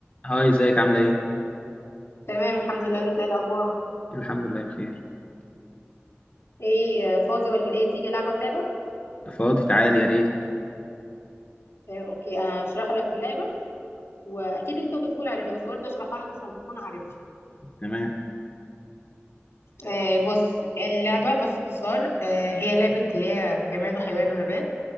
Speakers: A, on the left; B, on the left.
A: هاي ازيك عاملة ايه؟
B: تمام الحمد لله انت ايه الاخبار
A: الحمد لله بخير
B: ايه آه، فاضي ولا ايه تيجي العبك لعبه
A: فاضي تعالي يا ريت
B: آه، اوكي هشرح لك اللعبه واكيد انت ممكن تكون عارفها بس برضه اشرحها لك عشان تكون عارفها
A: تمام
B: آه، بص اللعبه باختصار آه، هي لعبه اللي هي جماد وحيوان ونبات